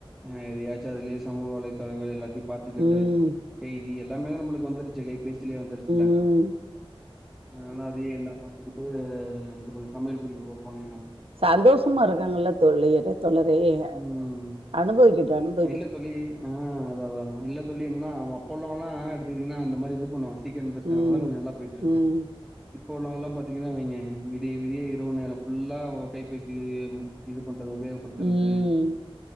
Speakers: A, in the centre; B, on the right.
A: அ, எதயாச்சு அதுலயே சமூக வலைதளங்கள் எல்லாத்தையு பாத்துக்கிட்டு
B: ம். ம்.
A: செய்தி எல்லாமே நம்பளுக்கு வந்துருச் <unintelligible> கைப்பேசிலேயே வந்துருதில்ல
B: ம்.
A: அ நல்லா அதையு எல்லா பாத்துக்கிட்டு இந்த மாரி சமையல் குறிப்பு பாப்போமே
B: சந்தோஷமா இருக்காங்கல்ல தோழிர்ரு. தோழரே அ,
A: ம்
B: அனுபவிக்கட்டு அனுபவிக்கட்டு
A: இல்ல தோழி ஆ, அதா அதாங்க இல்ல தோழி இன்னா அப்போ உள்ளவுங்கயெல்லா எடுத்துக்கிட்டிங்கன்னா அந்த மாரி இது பண்ணுவாங்க ஸ் சீக்கிரோ எந்திரிச்சாங்களா
B: ம்
A: நல்லா போயிட்ருக்கு.
B: ம்
A: இப்போ உள்ளவங்கல்லா பாத்தீங்கன்னா வைங்க விடிய விடியே இரவு நேரோ ஃபுல்லா கைபேசி இது பண்றது உபயேகப்படுத் க்கிறது
B: ம்